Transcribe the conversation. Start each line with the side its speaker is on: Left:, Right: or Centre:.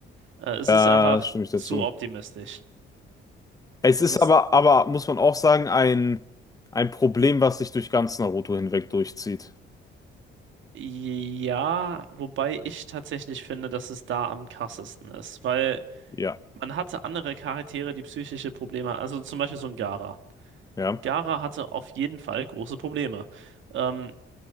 Right: Äh, es
Left: da
Right: ist einfach
Left: stimme ich dazu.
Right: zu optimistisch.
Left: Es
Right: Es
Left: ist
Right: ist,
Left: aber, aber muss man auch sagen, ein, ein Problem, was sich durch ganz Naruto hinweg durchzieht.
Right: ja, wobei ich tatsächlich finde, dass es da am krassesten ist, weil
Left: Ja,
Right: man hatte andere Charaktere, die psychische Probleme, also zum Beispiel so ein Gaara.
Left: ja,
Right: Gaara hatte auf jeden Fall große Probleme. Ähm,